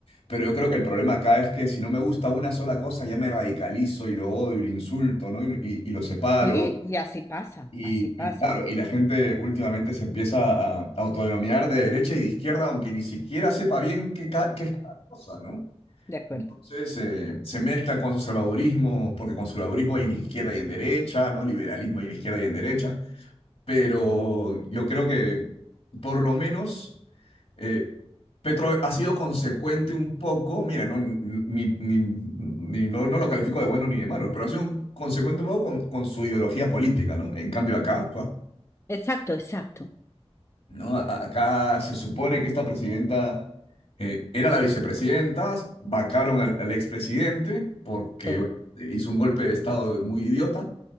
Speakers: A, on the left (about 60°); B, on the left (about 25°).
A: pero yo creo que el problema acá es que si no me gusta una sola cosa, ya me radicalizo y lo odio y lo insulto, ¿no? Y, y- y lo separo.
B: Sí, y así pasa,
A: Y,
B: así pasa.
A: y claro, y la gente últimamente se empieza a, autodenominar de derecha y de izquierda, aunque ni siquiera sepa bien qué, ca- qué es cada cosa, ¿no?
B: De acuerdo.
A: Entonces eh, se mezcla con conservadurismo, porque conservadurismo hay en izquierda y en derecha, ¿no? Liberalismo hay en izquierda y en derecha, pero yo creo que por lo menos eh, Petro ha sido consecuente un poco, mira, no, n- ni, ni- ni- no, no lo califico de bueno ni de malo, pero ha sido un- consecuente un poco con, con su ideología política, ¿no? En cambio acá, pues,
B: Exacto, exacto.
A: no, A- acá se supone que esta presidenta eh, era la vicepresidenta, vacaron al, al expresidente porque
B: Sí,
A: bueno, hizo un golpe de estado muy idiota,